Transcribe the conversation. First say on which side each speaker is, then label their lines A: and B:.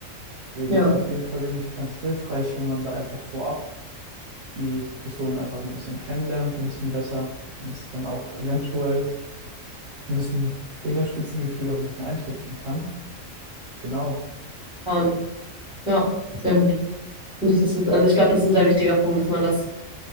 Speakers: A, on the right; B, in the centre.
A: Deswegen
B: ja,
A: ist auf jeden Fall, denke ich, ganz hilfreich, wenn man da einfach vorab die Person einfach ein bisschen kennenlernt, ein bisschen besser und das dann auch eventuell ein bisschen Fingerspitzengefühl auch ein bisschen einschätzen kann. Genau.
B: ja, ja, sehr gut. Finde ich, das ist, also ich glaube, das ist ein sehr wichtiger Punkt, dass man das